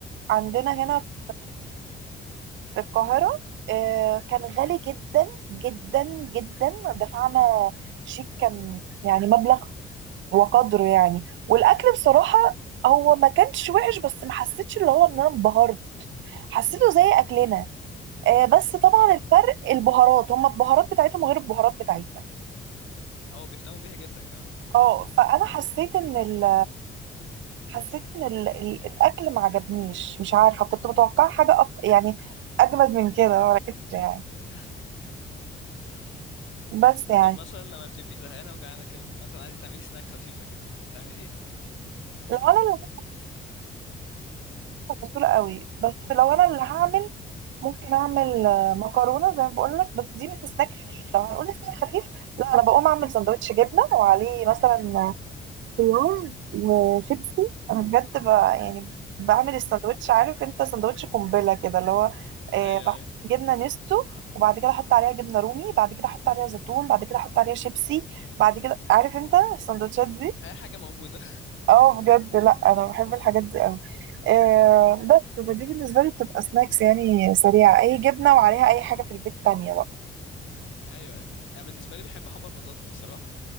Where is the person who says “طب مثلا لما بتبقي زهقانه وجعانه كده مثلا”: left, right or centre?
Left